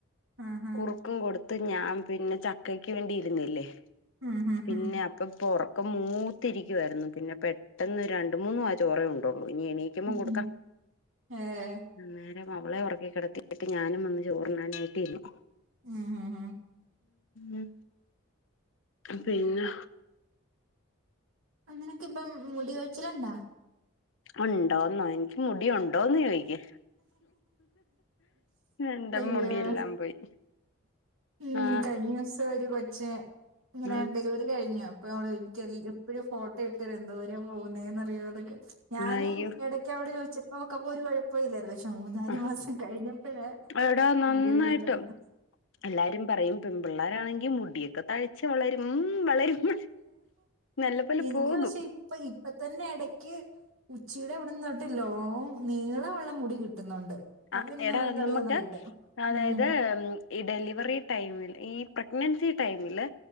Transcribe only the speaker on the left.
കുറുക്കും കൊടുത്ത് ഞാൻ പിന്നെ ചക്കയ്ക്ക് വേണ്ടിയിരുന്നല്ലേ
പിന്നെ
അപ്പൊ ഒക്കെ മൂത്തിരിക്കുമായിരുന്നു പിന്നെ പെട്ടെന്ന് രണ്ടു മൂന്നു വായ ചോറെ ഉണ്ടോള്ളൂ എണീക്കുമ്പോ
കൊടുക്കാം
അന്നേരം അവളെ ഉറക്കി കിടത്തിട്ട് ഞാനും വന്ന് ചോറിനാനായിട്ടിരുന്നു
ഉ പിന്നെ
ഉണ്ടോന്നോ എ മുടി ഉണ്ടോന്ന് ചോദിക്ക എന്ത
മുടിയെല്ലാം പോയി
ആഹ്
ഉം
അയ്യോ
ആഹ്
എടാ നന്നായിട്ടും
എല്ലാരും പറയും പെൺപിള്ളേരാ ണെങ്കി മുടിയൊക്കെ തഴച്ച് വളരും വളരും നല്ല പോലെ
പോകും
ആ
എടാ
നമുക്ക് അതായത്
ഈ ഡെലിവറി ടൈമിൽ ഈ പ്രഗ്നൻസി ടൈമില്